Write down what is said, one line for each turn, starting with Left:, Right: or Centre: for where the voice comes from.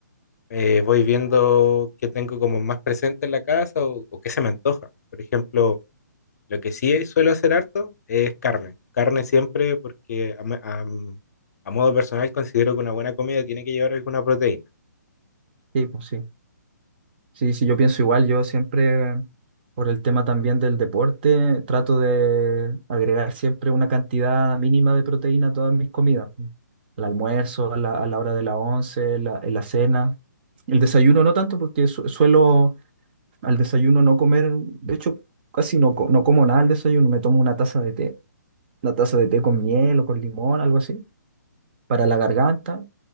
Left: eh, voy viendo qué tengo como más presente en la casa o, o qué se me antoja. Por ejemplo, Lo que sí suelo hacer harto es carne. Carne siempre porque a, me- a- mm, a modo personal considero que una buena comida tiene que llevar alguna proteína.
Right: Sí, pues sí. Sí, sí, yo pienso igual, yo siempre, por el tema también del deporte, trato de agregar siempre una cantidad mínima de proteína a todas mis comidas. El almuerzo, a la, a la hora de la once, la, en la cena. El desayuno no tanto, porque su- suelo al desayuno no comer, de hecho, casi no, co- no como nada al desayuno, me tomo una taza de té, una taza de té con miel o con limón, algo así, para la garganta.